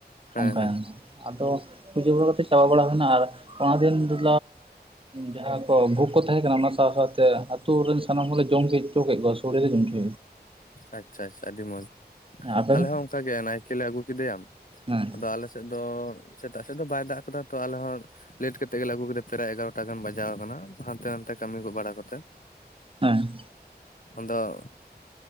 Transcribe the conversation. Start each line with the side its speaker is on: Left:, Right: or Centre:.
Left: ᱦᱮᱸ
Right: ᱚᱱᱠᱟ
Left: ᱦᱮᱸ
Right: ᱟᱫᱚ ᱯᱩᱡᱟᱹ ᱵᱟᱲᱟ ᱠᱟᱛᱮᱜ ᱪᱟᱵᱟ ᱵᱟᱲᱟ ᱦᱩᱭᱱᱟ ᱟᱨ ᱚᱱᱟ ᱫᱤᱱ ᱫᱚᱼᱼ ᱡᱟᱦᱟᱸ ᱠᱚ ᱵᱷᱚᱜᱽ ᱠᱚ ᱛᱟᱦᱮᱸ ᱠᱟᱱᱟ ᱚᱱᱟ ᱥᱟᱶ-ᱥᱟᱶᱛᱮ ᱟᱹᱛᱩ ᱨᱮᱱ ᱥᱟᱱᱟᱢ ᱦᱚᱲᱞᱮ ᱡᱚᱢ ᱚᱪᱚ ᱠᱮᱫ ᱠᱚᱣᱟ ᱥᱚᱲᱮ ᱞᱮ ᱡᱚᱢ ᱦᱚᱪᱚᱼᱼ
Left: ᱟᱪᱷᱟ-ᱟᱪᱷᱟ ᱟᱹᱰᱤ ᱢᱚᱡᱽ
Right: ᱟᱵᱮᱱ
Left: ᱟᱞᱮ ᱦᱚᱸ ᱚᱱᱠᱟᱜᱮ ᱱᱟᱭᱠᱮ ᱞᱮ ᱟᱹᱜᱩ ᱠᱮᱫᱮᱭᱟ
Right: ᱦᱮᱸ
Left: ᱟᱫᱚ ᱟᱞᱮ ᱥᱮᱫ ᱫᱚ ᱥᱮᱛᱟᱜ ᱥᱮᱫ ᱫᱚ ᱵᱟᱭ ᱫᱟᱜ ᱠᱟᱫᱟ ᱛᱚ ᱟᱞᱮ ᱦᱚᱸᱼᱼ ᱞᱮᱴ ᱠᱟ ᱠᱟᱛᱮᱜ ᱜᱮᱞᱮ ᱟᱹᱜᱩ ᱠᱮᱫᱮᱭᱟ ᱯᱨᱟᱭ ᱮᱜᱟᱨᱚᱴᱟ ᱜᱟᱱ ᱵᱟᱡᱟᱣ ᱠᱟᱱᱟ ᱦᱟᱱᱛᱮ ᱱᱟᱛᱮ ᱠᱟᱹᱢᱤ ᱠᱚ ᱵᱟᱲᱟ ᱠᱚᱛᱮ
Right: ᱦᱮᱸ
Left: ᱟᱫᱚᱼᱼ